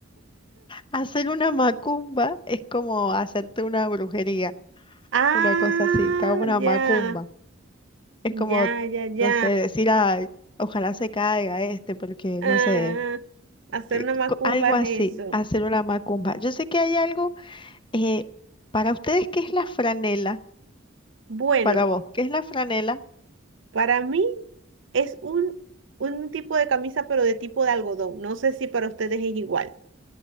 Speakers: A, on the left; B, on the right.
A: Hacer una macumba es como hacerte una brujería,
B: Ah,
A: una cosa así, te hago una
B: ya,
A: macumba. Es como,
B: ya, ya, ya.
A: no sé, decir, ay, ojalá se caiga este, porque,
B: Ah,
A: no sé,
B: hacer
A: eh,
B: una macumba
A: co- algo
B: es
A: así,
B: eso.
A: hacer una macumba. Yo sé que hay algo, eh, para ustedes, ¿qué es la franela?
B: Bueno,
A: Para vos, ¿qué es la franela?
B: para mí es un, un tipo de camisa, pero de tipo de algodón. No sé si para ustedes es igual.